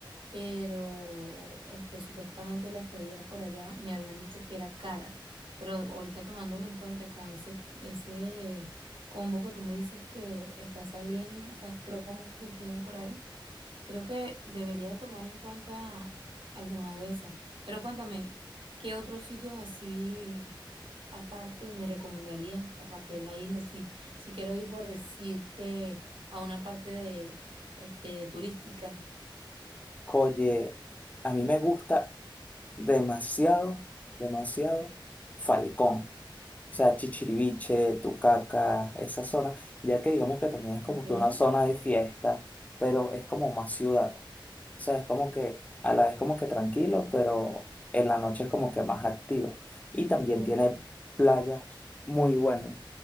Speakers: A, on the right; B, on the left.
A: pero este, supuestamente la estadía por allá me habían dicho que era cara, pero ahorita tomándolo en cuenta con ese, ese combo que tú me dices que está saliendo, esas promos que tienen por ahí. Creo que debería de tomar en cuenta alguna de esas. Pero cuéntame, ¿qué otros sitios así aparte me recomendarías, aparte de la isla? Si, si quiero ir por decirte a una parte de, este, turística.
B: Oye, a mí me gusta. demasiado, demasiado Falcón. O sea, Chichiriviche, Tucaca, esa zona, ya que digamos que también es como
A: Ok,
B: que una zona de fiesta, pero es como más ciudad. O sea, es como que a la vez como que tranquilo, pero en la noche es como que más activo. Y también
A: ok.
B: tiene playas muy buenas,